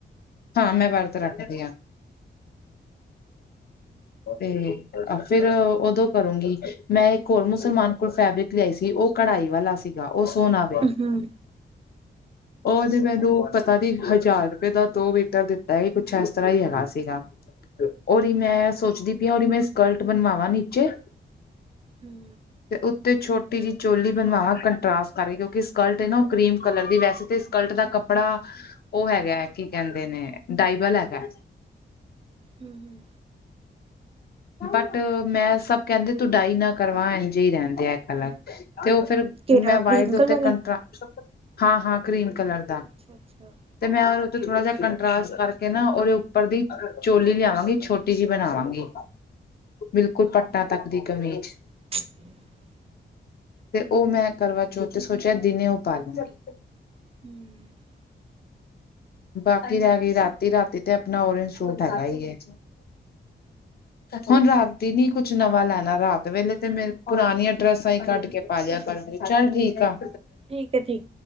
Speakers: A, on the left; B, on the right.
A: ਹਾਂ ਮੈਂ ਵਰਤ ਰੱਖਦੀ ਆ। ਤੇ ਫੇਰ ਓਦੋਂ ਕਰੂੰਗੀ, ਮੈਂ ਇੱਕ ਹੋਰ ਮੁਸਲਮਾਨ ਕੋਲ ਫੈਬਰਿਕ ਲੇਆਈ ਸੀ। ਓਹ ਕਢਾਈ ਵਾਲਾ ਸੀਗਾ, ਓਹ ਸੋਨਾ
B: ਹੂੰ।
A: ਓ ਤੇ ਮੈਨੂੰ ਪਤਾ ਨੀ ਹਜ਼ਾਰ ਰੁਪਏ ਦਾ ਦੋ ਮੀਟਰ ਦਿੱਤਾ। ਏਹ ਕੁਛ ਐਸ ਤਰ੍ਹਾਂ ਈ ਹੈਗਾ ਸੀਗਾ। ਓਦੀ ਮੈਂ ਸੋਚਦੀ ਪਈ ਆ ਓਦੀ ਮੈਂ ਸਕਰਟ ਬਣਵਾਵਾਂ ਨੀਚੇ
B: ਹੂੰ।
A: ਤੇ ਉੱਤੇ ਛੋਟੀ ਜੀ ਚੋਲੀ ਬਣਵਾਵਾਂ, ਕੰਟਰਾਸਟ ਕਰਕੇ ਕਿਉਂਕਿ ਸਕਲਟ ਨਾ ਓ ਕਰੀਮ ਕਲਰ ਦੀ ਵੈਸੇ ਤੇ ਸਕਲਟ ਦਾ ਕੱਪੜਾ, ਓ ਹੈਗਾ ਕੀ ਕੈਹੰਦੇ ਨੇ, ਡਾਇ ਵਾਲਾ ਹੈਗਾ।
B: ਹੂਂ-ਹੂਂ।
A: ਬਟ ਮੈਂ ਸਬ ਕੈਹੰਦੇ ਤੂੰ ਡਾਈ ਨਾ ਕਰਵਾ ਇੰਝੇ ਈ ਰੈਣ ਦੇ ਐ ਕਲਰ, ਤੇ ਓ ਫੇਰ
B: ਕਿਹੜਾ
A: ਮੈਂ ਵਾਈਟ
B: ਕਰੀਮ
A: ਦੇ
B: ਕਲਰ
A: ਉੱਤੇ ਕੰਟਰਾ
B: ਹੈ
A: ਸ ਟ ਹਾਂ-ਹਾਂ ਕਰੀਮ ਕਲਰ ਦਾ
B: ਅੱਛਾ-ਅੱਛਾ।
A: ਤੇ ਮੈਂ ਓਦੇ ਉੱਤੇ ਥੋੜਾ ਜੇਹਾ ਕੰਟਰਾਸਟ ਕਰਕੇ ਨਾ ਓਦੇ ਉੱਪਰ ਦੀ, ਚੋਲੀ ਲਿਆਵਾਂਗੀ ਛੋਟੀ ਜੀ ਬਣਾਵਾਂਗੀ। ਬਿਲਕੁਲ ਪੱਟਾਂ ਤੱਕ ਦੀ ਕਮੀਜ਼।
B: <inaudible>
A: ਤੇ ਓ ਮੈਂ ਕਰਵਾਚੋਥ ਤੇ ਸੋਚੇਆ ਦਿਨੇ ਓ ਪਾ ਲੂਂਗੀ।
B: ਹੂਂ।
A: ਬਾਕੀ ਰੈ ਗਈ ਰਾਤੀ, ਰਾਤੀ ਤੇ ਆਪਣਾ ਔਰੇਂਜ ਸੂਟ ਹੈਗਾ ਈ ਐ। ਹੁਣ ਰਾਤੀ ਨੀ ਕੁਛ ਨਵਾਂ ਲੈਣਾ ਰਾਤ ਵੇਲੇ ਤੇ ਮੇਰੇ ਪੁਰਾਣੀਆਂ ਡਰੈਸ ਆਈ ਕਢ ਪਾ ਲੇਆ ਕਰੂਗੀ, ਚੱਲ ਠੀਕ ਆ।
B: ਠੀਕ ਹੈ ਠੀਕ